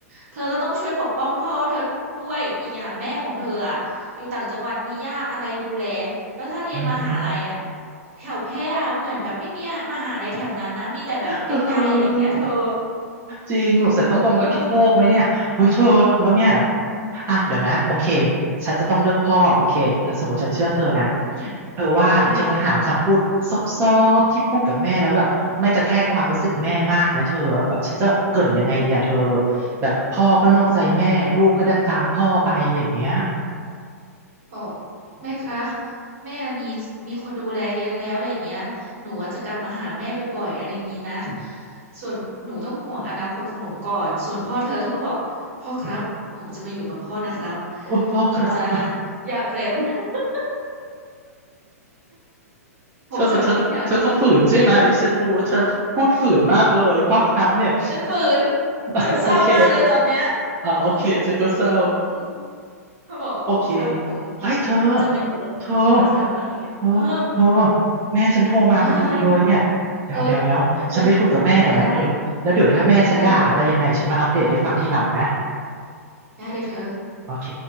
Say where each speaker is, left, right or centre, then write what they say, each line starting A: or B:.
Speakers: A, on the right; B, on the right.
A: เธอก็ต้องช่วยปกป้องพ่อเธอด้วยอีกอย่างแม่ของเธออะอยู่ต่างจังหวัดมีญาติอะไรดูแลแล้วถ้าเรียนมหาลัยอะ
B: อือฮึ
A: แถวแพร่อะเหมือนแบบไม่มีมหาลัยแถวนั้นนะมีแต่แบบใกล้ๆอะไรอย่างเงี้ยเธอ
B: เออจริงสงสัยต้องลงไปพิษโลกไหมเนี่ยเฮ้ยเธอแล้วเนี่ย
A: เออ
B: อ่ะเดี๋ยวนะโอเคฉันจะต้องเลือกพ่อโอเคถ้าสมมติฉันเชื่อเธอนะ
A: อืม
B: เธอว่าเธอจะหาคำพูด
A: ใช่
B: ซอบๆที่พูดกับแม่แล้วแบบไม่กระแทกความรู้สึกแม่มากไหมเธอแบบแบบฉันจะเกริ่นยังไงดีอะเธอแบบพ่อก็นอกใจแม่ลูกก็ดันตามพ่อไปอะไรอย่างเงี้ย
A: บอกแม่คะแม่มีมีคนดูแลเยอะแล้วอะไรอย่างเงี้ยหนูว่าจะกลับมาหาแม่บ่อยๆอะไรอย่างงี้นะส่วนหนูต้องห่วงอนาคตของหนูก่อนส่วนพ่อเธอเธอก็บอกพ่อครับผมจะมาอยู่กับพ่อนะครับ
B: โอ้ยพ่อครับ
A: ผมจะ
B: <laughs>
A: อยากเรียนมาก <laughs> ผมจะอยากมา
B: เธอเธอก็เธอก็ฝืนใช่ไหมฉันรู้ว่าเธอพูดฝืนมากเลยพ่อครับเนี่ย
A: ฉันฝืน
B: <laughs>
A: ฉันเศร้ามากเลยตอนเนี้ย
B: โอเคอ่าโอเคฉันก็เศร้า
A: อืมอืมเขาบอกพ่อครับผม
B: โอเคเฮ้ยเธอ
A: ผมจะมาอยู่กับของพ่อนะครับอะไรอย่างเงี้ยเออ
B: เธอเธอเธอแม่ฉันโทรมาพอดีเลยเนี่ยเดี๋ยวเดี๋ยวเดี๋ยวฉันไปคุยกับแม่ก่อนนะเธอแล้วเดี๋ยวถ้าแม่ฉันด่าอะไรยังไงฉันมาอัปเดตให้ฟังทีหลังนะ
A: ได้อะไรเออจะได้ได้ ได้ได้เลยเธอ
B: โอเค